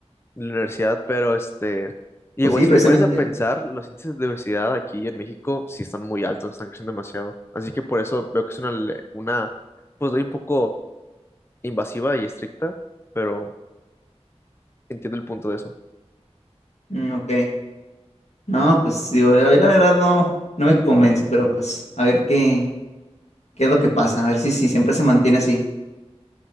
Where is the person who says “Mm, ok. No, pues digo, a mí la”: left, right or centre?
Left